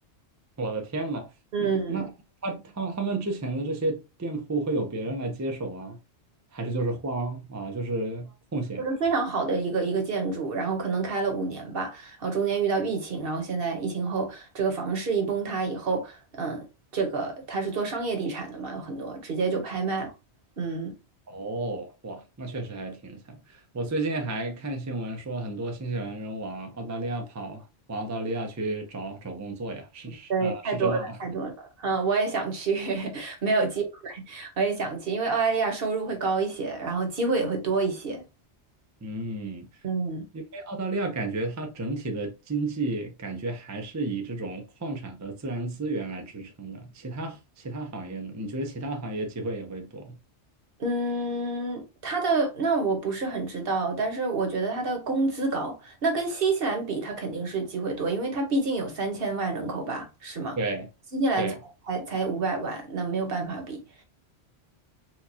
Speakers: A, on the right (about 25°); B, on the right (about 55°).
A: 我的天呐，
B: 嗯。
A: 嗯，那他他们他们之前的这些店铺会有别人来接手啊，还是就是荒啊，就是空闲着？
B: 就是非常好的一个一个建筑，然后可能开了五年吧，然后中间遇到疫情，然后现在疫情后这个房市一崩塌以后，嗯，这个它是做商业地产的嘛，有很多直接就拍卖了，嗯，
A: 哦，哇，那确实还挺惨。我最近还看新闻说，很多新西兰人往澳大利亚跑，往澳大利亚去找找工作呀，是是呃是真的吗？
B: 对，太多了，太多了，嗯，我也想去，<laughs> 没有机会，我也想去，因为澳大利亚收入会高一些，然后机会也会多一些，
A: <laughs> 嗯，
B: 嗯。
A: 因为澳大利亚感觉它整体的经济感觉还是以这种矿产和自然资源来支撑的，其他其他行业呢？你觉得其他行业机会也会多吗？
B: 嗯，他的那我不是很知道，但是我觉得他的工资高，那跟新西兰比，他肯定是机会多，因为他毕竟有三千万人口吧，是吗？
A: 对对，
B: 新西兰才才才五百万，那没有办法比